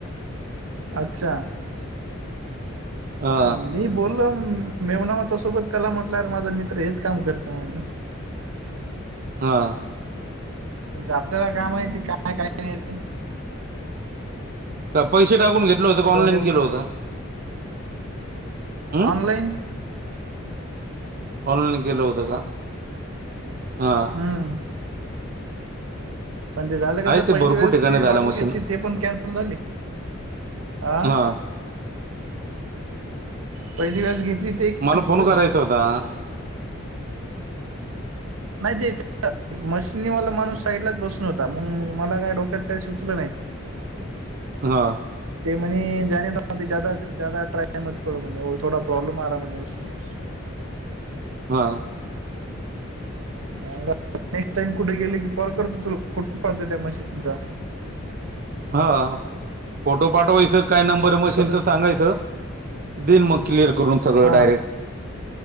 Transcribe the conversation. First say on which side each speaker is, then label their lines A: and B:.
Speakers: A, on the right; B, on the right.
A: अच्छा,
B: हा
A: मी बोललो म्हणू मेव्हणा होता सोबत त्याला म्हटलं, अरे माझा मित्र हेच काम करतो म्हटलं.
B: हां.
A: आपल्याला काय माहिती काय आहे काय नाही. ते
B: का पैसे टाकून घेतलं होत का? ऑनलाईन
A: म्हणे मग
B: केलं होतं. हम्
A: ऑनलाईन.
B: ऑनलाईन केलं होत का? हा.
A: हं. पण ते झालं कसं
B: आहे ते
A: पहिली
B: भरपूर
A: वेळेस
B: ठिकाणी
A: जी,
B: झाल्या
A: बॉटल
B: मशीन
A: घेतली ते पण कॅन्सल झाली. आ..
B: हा
A: पहिली <unintelligible>
B: मला <unintelligible>
A: नाही ते मशिनीवाला माणूस साईडलाच बसून होता. मग मला काय डोक्यात काय सुचलं नाही. <inaudible>
B: हां.
A: <unintelligible>
B: हां.
A: <unintelligible> प नेक्स्ट टाईम कुठे गेलो की कॉल करतो, तुला फोटो टाकतो त्या मशीनचा.
B: हा. फोटो पाठवायचं, काय नंबर आहे मशीनचं
A: तसं
B: सांगायचं. दिल मग क्लियर करून सगळं
A: हा
B: डायरेक्ट.